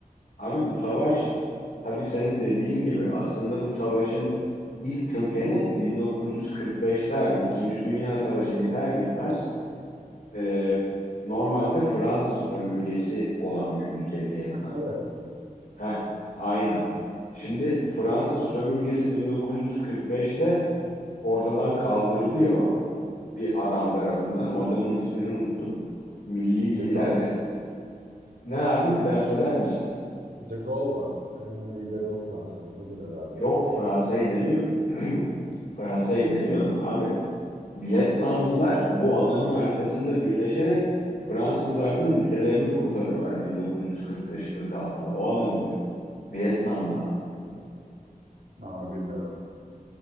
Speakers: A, on the left; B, on the right.
A: Abi bu savaş tabii senin dediğin gibi aslında bu savaşın ilk kökeni 1945'te abi İkinci Dünya Savaşı biter bitmez e, normalde Fransız sömürgesi olan bir ülke Vietnam.
B: Heh, evet.
A: Heh, aynen. Şimdi Fransız sömürgesi 1945'te ortadan kaldırılıyor bir adam tarafından. O adamın ismini unuttum. Milli
B: De
A: liderler
B: Gaulle,
A: Ne abi bir daha söyler misin?
B: De Gaulle var. En önemli lideri o Fransa'nın. Odur herhalde.
A: Yok Fransa'yı demiyorum. <clears throat> Fransa'yı demiyorum abi. Vietnamlılar bu adamın
B: Hmm.
A: arkasında birleşerek Fransızlardan ülkelerini kurtarıyorlar 1945-46'da. O adamı diyorum. Vietnamlı adam.
B: Ben onu bilmiyorum.